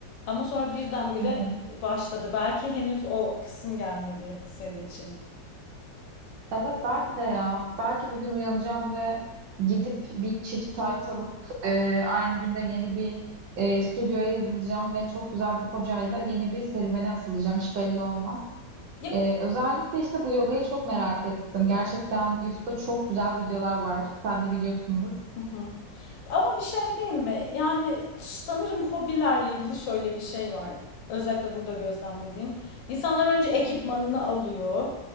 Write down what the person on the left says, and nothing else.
Ama sonra birdenbire
başladı. Belki henüz o kısım gelmedi senin için.
Ya
Hı hı. Ama bir şey diyeyim mi? Yani sanırım hobilerle ilgili şöyle bir şey var. Özellikle burada gözlemlediğim. İnsanlar önce ekipmanını alıyor,